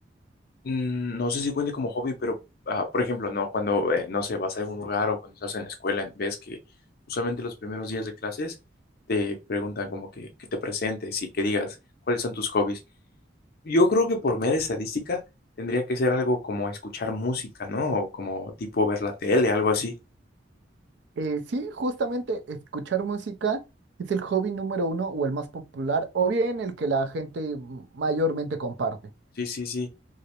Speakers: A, on the left; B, on the right.
A: mm, no sé si cuente como hobby, pero ah, por ejemplo, no, cuando eh, no sé, vas a algún lugar o cuando estás en la escuela, ves que usualmente los primeros días de clases te preguntan como que, que te presentes y que digas cuáles son tus hobbies. Yo creo que por mera estadística tendría que ser algo como escuchar música, ¿no? O como tipo ver la tele, algo así.
B: Eh, sí, justamente escuchar música es el hobby número uno o el más popular, o bien el que la gente mayormente comparte.
A: Sí, sí, sí.